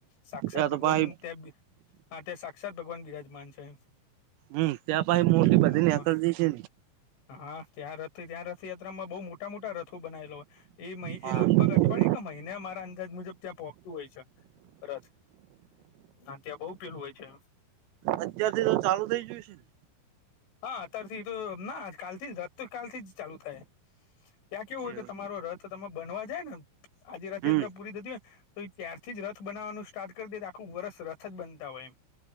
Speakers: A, on the left; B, on the right.
A: સાક્ષાત
B: ત્યાં
A: ભગવાન
B: તો પાહી
A: હા ત્યાં સાક્ષાત ભગવાન બિરાજમાન છે
B: હમ ત પા મોટી
A: જગન્નાથ
B: પધનીલ
A: ભગવાન
B: શ છે
A: હા ત્યાં રથ ત્યાં રથયાત્રામાં બહુ મોટા મોટા રથો બનાયલા હોય એિ
B: હા
A: એ લગભગ
B: હમ
A: અઠવાડિ ક મહિને મારા અંદાજ મુજબ ત્યાં પહોચતું હોય છે રથ હ ત્યાં બઉુ પેલું હોય છે
B: અત્યારથી તો ચાલુ થઈ જોયું છે ને
A: હા અત્યારથી તો ના કાલથી રાત કાલથી જ ચાલુ થાય ત્યાં કેવું હોય કે
B: એવું
A: તમારો રથ તમે બનવા જાય ને આજે રથયાત્રા
B: હમ
A: પૂરી થતી હોય તો એ ત્યારથી જ રથ બનાવવાનું સ્ટાર્ટ કરી દે તો આખું વરષ રથ જ બનતા હોય એમ